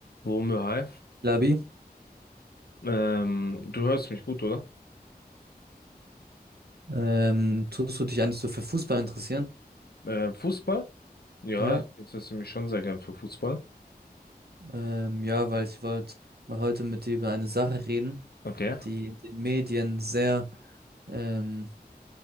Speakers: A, on the left; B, on the right.
A: Womö, hi.
B: Labi,
A: Ähm, du hörst mich gut, oder?
B: ähm, tust du dich eigentlich so für Fußball interessieren?
A: Äh, Fußball? Ja,
B: Ja,
A: ich interessiere mich schon sehr gern für Fußball.
B: ähm, ja, weil ich wollte mal heute mit dir über eine Sache reden,
A: Okay.
B: die in den Medien sehr ähm,